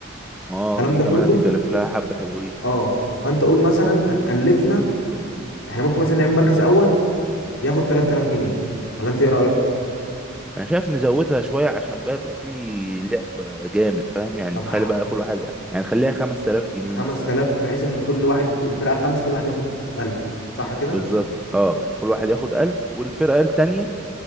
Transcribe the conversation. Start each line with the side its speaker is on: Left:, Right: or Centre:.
Centre: اه
Left: والكلام
Centre: دي
Left: ده
Centre: كمان
Left: كله
Centre: هتكلف لها حبة حلوين
Left: اه فانت قول مثلا هتكلفنا احنا ممكن مثلا نعمل مركز اول ياخد 3000 جنيه ولا انت ايه رأيك
Centre: انا شايف نزودها شويه عشان بقى يبقى في لعب جامد فاهم يعني
Left: طب
Centre: تخلي
Left: ح-
Centre: بقى كل واحد يعني خليها 5000 جنيه
Left: 5000
Centre: مثلا
Left: بحيث ان كل واحد الفرقة خمسة كل واحد ياخد 1000 صح كده
Centre: بالظبط اه كل واحد ياخد 1000 والفرقه التانيه